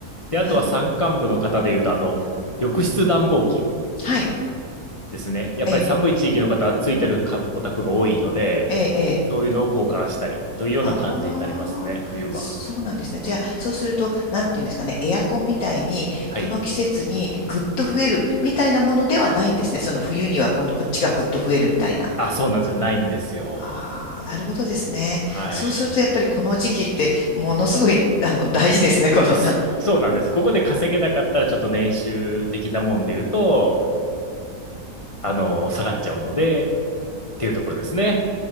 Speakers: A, on the left; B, on the left.
A: で、
B: え、
A: あとは山間部の方でいうと、
B: なる、
A: あの、浴室暖房機
B: はい、
A: ですね。やっぱり寒い地域の方はついてるかお宅が多いので、
B: ええ、ええ、え
A: そういうのを交換したりというような感じになりますね、
B: ああ、
A: 冬は。
B: そうなんですね。じゃあ、そうすると、なんていうんですかね、エアコンみたいに、
A: はい。
B: この季節にぐっと増えるみたいなものではないんですね。その冬には今こっちがぐっと増えるみたいな。
A: あ、そうなんですよ。ないんですよ。
B: ああ、なるほどですね。
A: はい。
B: そうすると、やっぱりこの時期って、ものすごい、あの、大事ですね。この、
A: <laughs>
B: なんて
A: そうなんです。ここで稼げなかったら、ちょっと年収的なもんで言うと、あの、下がっちゃうので、っていうところですね。